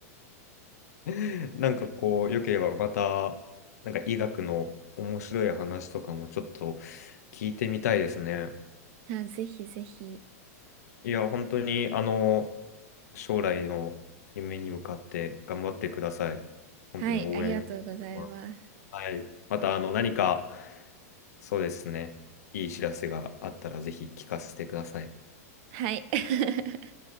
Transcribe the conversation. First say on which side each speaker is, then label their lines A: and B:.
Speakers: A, on the left (about 75°); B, on the right (about 35°).
A: <laughs> なんかこう、良ければまた、なんか医学の面白い話とかもちょっと聞いてみたいですね。
B: <laughs> あ、ぜひぜひ。
A: いや、本当に、あの、将来の夢に向かって頑張ってください。本当に応援してます。
B: はい、ありがとうございます。
A: はい。また、あの、何か、そうですね、いい知らせがあったら、ぜひ聞かせてください。
B: はい。<laughs>